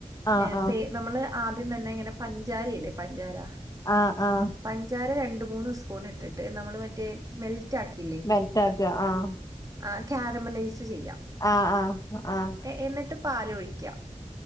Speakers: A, on the left; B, on the right.
A: ആഹ്
B: യെസ്
A: ആഹ്
B: സേ നമ്മള് ആദ്യം തന്നെ ഇങ്ങനെ പഞ്ചാരയില്ലേ പഞ്ചാര?
A: ആഹ് ആഹ്.
B: പഞ്ചാര രണ്ട് മൂന്ന് സ്പൂണ് ഇട്ടിട്ട് നമ്മള് മറ്റേ മെൽറ്റാക്കില്ലേ?
A: മെൽറ്റാക്ക ആഹ്.
B: ആ ക്യാരമലൈസ് ചെയ്യാ.
A: ആഹ് ആഹ്, ആഹ്.
B: എ എന്നിട്ട് പാലൊഴിക്ക.